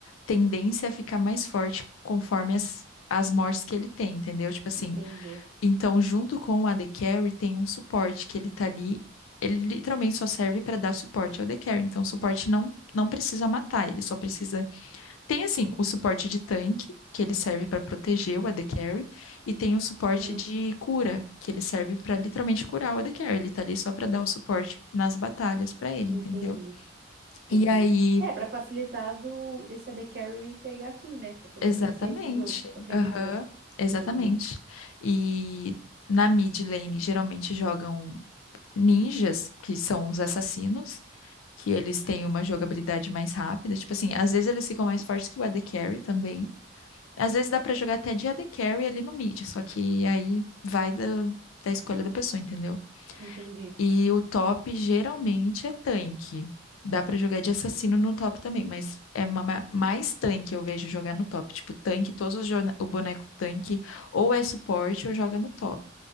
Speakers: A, on the left; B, on the right.
A: tendência a ficar mais forte conforme as, as mortes que ele tem, entendeu? Tipo assim,
B: Entendi.
A: então, junto com o AD Carry, tem um suporte que ele tá ali. Ele literalmente só serve para dar suporte ao AD Carry. Então, o suporte não, não precisa matar, ele só precisa. Tem, assim, o suporte de tanque, que ele serve para proteger o AD Carry, e tem o suporte
B: Uhum.
A: de cura, que ele serve para literalmente curar o AD Carry. Ele tá ali só para dar o suporte nas batalhas para ele,
B: Entendi,
A: entendeu?
B: entendi.
A: E aí,
B: É, pra facilitar do, desse AD Carry pegar kill, né? Pra poder
A: exatamente.
B: crescer no jogo, acredito
A: Aham,
B: eu.
A: exatamente.
B: Entendi,
A: E. Na mid lane, geralmente jogam ninjas, que são os assassinos, que eles têm uma jogabilidade mais rápida. Tipo assim, às vezes eles ficam mais fortes que o AD Carry também. Às vezes dá pra jogar até de AD Carry ali no mid, só que aí vai da, da escolha da pessoa, entendeu?
B: entendi,
A: E o top geralmente é tanque. Dá pra jogar de assassino no top também, mas é ma- ma- mais tanque eu vejo jogar no top. Tipo, tanque, todos os jo- o boneco tanque ou é suporte ou joga no top.